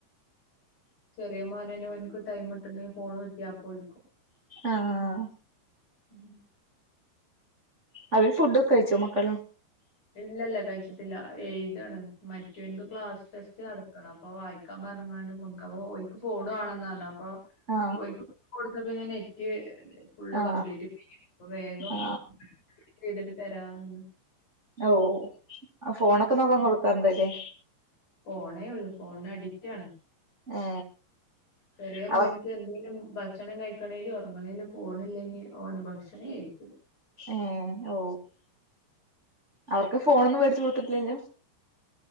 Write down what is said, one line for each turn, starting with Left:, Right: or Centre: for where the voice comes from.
Left: ചെറിയ മോനന് എനിക്ക് ടൈം ഇട്ടണ്ടെ ഫോണ് കിട്ടിയപ്പോ വിളിക്കും
Right: ആഹ്
Left: ഉം
Right: അവര് ഫുഡ്ക്കെ കഴിച്ചോ മക്കള്
Left: ഇല്ല ഇല്ല കഴിച്ചിട്ടില്ല എഴുതാണ് മറ്റൊന്ക്ക് ക്ലാസ് ടെസ്റ്റ് നടത്തണം അപ്പൊ വായിക്കാൻ പറഞ്ഞാണ്ട് ക്ക് ഫോൺ വണന്ന് പറഞ്ഞ അപ്പൊ
Right: ആ
Left: ഒൾക്ക് കൊടുത്ത പിന്നെ നെറ്റ് ഫുള്ള്
Right: ആ
Left: കംപ്ലീറ്റ് തീരും വേഗം
Right: ആ
Left: ചെയ്തിട്ട് തരാന്ന്
Right: ഓ ഫോണൊക്കെ നോക്കാൻ കൊടുക്കാറുണ്ട്ല്ലേ
Left: ഫോണേ ഉള്ളൂ ഫോണ് അഡിക്റ്റാണ്
Right: ഏ
Left: ചെറിയ മോൾക്ക്‌
Right: അവർ
Left: എന്തലും ഭക്ഷണം കഴിക്കണേലും ഉറങ്ങണേലും ഫോണില്ലെങ്കിൽ ഓന ഭക്ഷണേ കഴിക്കുല
Right: ഉം ഓ അവർക്ക് ഫോണൊന്നും മേടിച്ചു കൊടുത്തിട്ടില്ലല്ലോ